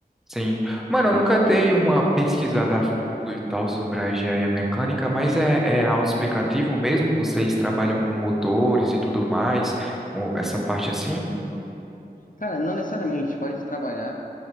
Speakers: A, in the centre; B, on the left.
A: sim. Mano,
B: pra
A: eu
B: mim.
A: nunca dei uma pesquisada a fundo e tal sobre a engenharia mecânica, mas é, é autoexplicativo mesmo? Vocês trabalham com motores e tudo mais? Ou Essa parte assim?
B: Cara, não necessariamente pode trabalhar